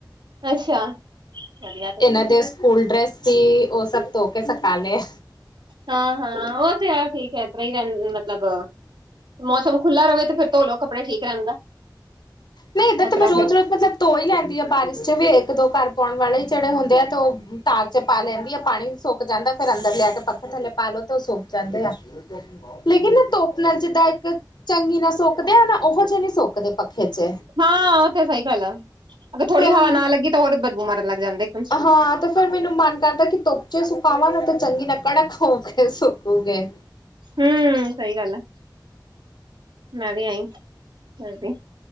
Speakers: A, on the right; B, on the left.
A: ਅੱਛਾ <unintelligible>
B: ਇਹਨਾਂ ਦੇ ਸਕੂਲ ਡਰੈਸ ਸੀ, ਉਹ ਸਭ ਧੋ ਕੇ ਸੁਕਾ ਲਿਆ।
A: ਹਾਂ- ਹਾਂ, ਉਹ ਤੇ ਹੈ ਠੀਕ ਹੈ, ਇਤਰ੍ਹਾਂ ਹੀ ਰ ਮਤਲਬ ਮੌਸਮ ਖੁੱਲਾ ਰਵੇ, ਤੇ ਫਿਰ ਧੋਲੋ ਕੱਪੜੇ ਠੀਕ ਰਹਿੰਦਾ।
B: ਨਹੀਂ, ਇੱਦਾਂ
A: ਉਸ
B: ਤੇ
A: ਤਰ੍ਹਾਂ
B: ਮੈਂ ਰੋਜ਼-
A: ਫਿਰ
B: ਰੋਜ਼ ਮਤਲਬ ਧੋ ਹੀ ਲੈਂਦੀ ਆਂ, ਬਾਰਿਸ਼ ਚ ਵੀ ਇੱਕ ਦੋ ਘਰ ਪਾਉਣ ਵਾਲੇ ਹੀ ਜਿਹੜੇ ਹੁੰਦੇ ਆ, ਤੇ ਉਹ ਤਾਰ ਚ ਪਾ ਲੈਂਦੀ ਆ ਪਾਣੀ ਸੁੱਕ ਜਾਂਦਾ, ਫੇਰ ਅੰਦਰ ਲਿਆ ਕੇ ਪੱਖੇ ਥੱਲੇ ਪਾ ਲਓ, ਤੇ ਉਹ ਸੁੱਕ ਜਾਂਦੇ ਆ। <unintelligible> ਲੇਕਿਨ ਨਾ ਧੁੱਪ ਨਾਲ, ਜਿੱਦਾਂ ਇੱਕ ਚੰਗੀ ਨਾਲ ਸੁੱਕਦੇ ਆ ਨਾ, ਉਹੋ ਜਿਹੇ ਨਹੀਂ ਸੁੱਕਦੇ ਪੱਖੇ ਚ।
A: ਹਾਂ ਉਹ ਤੇ ਸਹੀ ਗੱਲ ਐ, ਅਗਰ ਥੋੜੀ
B: ਫਿਰ
A: ਹਵਾ ਨਾ ਲੱਗੀ, ਤਾਂ ਉਹ ਬਦਬੂ ਮਾਰਨ ਲੱਗ ਜਾਂਦੇ ਆ।
B: ਹਾਂ ਤੇ ਫੇਰ ਮੈਨੂੰ ਮਨ ਕਰਦਾ ਕਿ ਧੁੱਪ ਚ ਸੁਕਾਵਾਂ ਨਾ, ਤੇ ਚੰਗੀ ਨਾ ਕੜਕ ਹੋਓਗੇ। ਫੇਰ ਸੁੱਕੁਗੇ।
A: ਹੂੰ ਸਹੀ ਗੱਲ ਆ, ਮੈਂ ਵੀ ਅਈਂ ਕਰਦੀ।